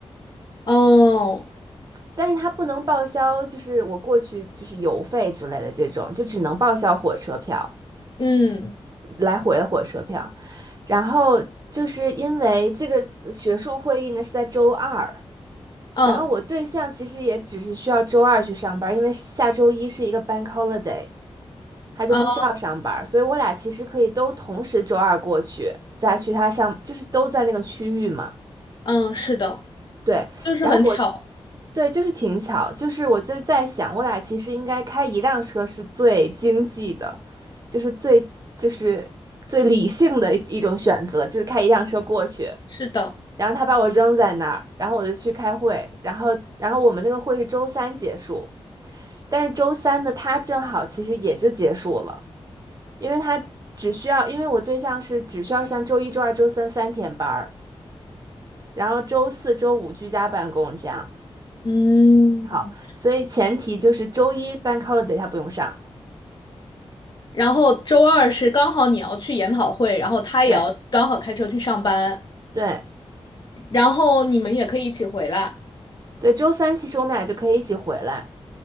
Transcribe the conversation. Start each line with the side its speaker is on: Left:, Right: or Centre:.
Left: 哦，
Right: 但是他不能报销就是我过去就是油费之类的这种，就只能报销火车票，
Left: 嗯
Right: 来回的火车票。然后就是因为这个学术会议呢是在周二。
Left: 嗯
Right: 然后我对象其实也只是需要周二去上班，因为下周一是一个 bank holiday，他就不需要上班，
Left: 嗯
Right: 所以我俩其实可以都同时周二过去，再去他上，就是都在那个区域嘛。
Left: 嗯，是的，
Right: 对，
Left: 就是很巧，
Right: 然后我对就是挺巧，就是我就在想，我俩其实应该开一辆车是最经济的，就是最就是最理性的一种选择，就是开一辆车过去。
Left: 是的，
Right: 然后他把我扔在那儿，然后我就去开会，然后然后我们那个会是周三结束。但是周三的他正好其实也就结束了，因为他只需要，因为我对象是只需要上周一、周二、周三三天班儿，然后周四周五居家办公这样。
Left: 嗯。
Right: 好，所以前提就是周一 bank holiday 他不用上。
Left: 然后周二是刚好你要去研讨会，然后他也要刚好开车去上班。
Right: 对对
Left: 然后你们也可以一起回来。
Right: 对，周三其实我们俩就可以一起回来。